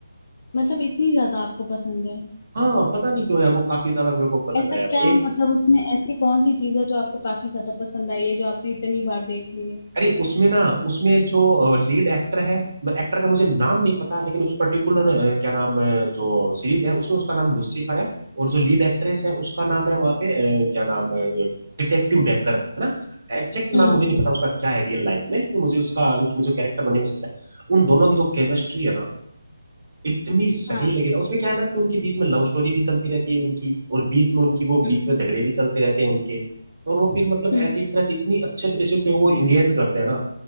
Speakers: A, on the left (about 30°); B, on the right (about 40°).
A: मतलब इतनी ज्यादा आपको पसंद है
B: हाँ पता नहीं क्यों यार वो काफी ज्यादा मेरे को पसंद
A: ऐसा
B: आया
A: क्या
B: था
A: मतलब उसमें ऐसी कौन सी चीज है जो आपको काफी ज्यादा पसंद आई है जो आपने इतनी बार देख ली है
B: अरे उसमें ना उसमें जो लीड एक्टर है एक्टर का मुझे नाम नहीं पता लेकिन उस पर्टिकुलर क्या नाम अ, जो सीरीज है उसमें उसका नाम लूसीफर है और जो लीड एक्ट्रेस है उसका नाम है वहाँ पे अ, क्या नाम डिटेक्टिव डेकर है ना एग्जैक्ट
A: हम्म
B: नाम मुझे नहीं पता उसका क्या है रियल लाइफ में लेकिन मुझे उसका उसमें जो कैरेक्टर बने हैं, उसमें पता है। उन दोनों की जो केमिस्ट्री है ना इतनी सही
A: हाँ
B: लगी ना उसमें क्या है ना कि उनके बीच में लव स्टोरी भी चलती रहती है उनकी और बीच में उनकी वो
A: हम्म
B: बीच में झगड़े भी चलते रहते हैं उनके और वो फिर मतलब
A: हम्म
B: ऐसे इस तरह से इतनी अच्छे तरह से क्योंकि वो इंगेज करते हैं ना